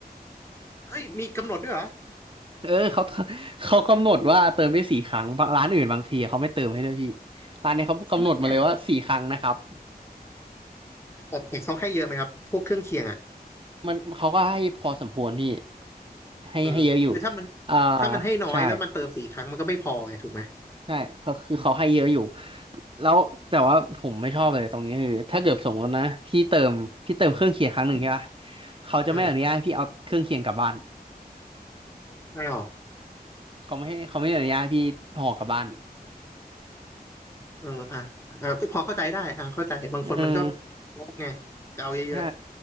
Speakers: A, on the left; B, on the right.
A: เฮ้ยมีกำหนดด้วยเหรอ
B: เออเขา <laughs> เขากำหนดว่าเติมได้สี่ครั้งบางร้านอื่นบางทีเขาไม่เติมให้ด้วยพี่ร้านนี้เขากำหนดมาเลยว่าสี่ครั้งนะครับ
A: จริงไหมเนี่ยแต่แต่เขาให้เยอะไหมครับพวกเครื่องเคียงอ่ะ
B: มันเขาก็ให้พอสมควรพี่ให้ให้เยอะอยู่
A: เออคือถ้ามัน
B: อ่า
A: ถ้ามันให้น้อยแล้วมันเติมสี่ครั้งมันก็ไม่พอไงถูกไหม
B: ใช่ใช่เพราะคือเขาให้เยอะอยู่แล้วแต่ว่าผมไม่ชอบเลยตรงนี้คือถ้าเกิดสมมตินะพี่เติมพี่เติมเครื่องเคียงครั้งหนึ่งใช่ปะเขาจะไม่อนุญาตให้พี่เอาเครื่องเคียงกลับบ้าน
A: ใช่ไม่หรอ
B: เขาไม่ให้เขาไม่อนุญาตให้พี่ห่อกลับบ้าน
A: เอออ่ะอ่ะก็พอเข้าใจได้อ่ะเข้าใจบางคนมันก็
B: เออ
A: งกไงจะเอาเยอะ
B: ใช่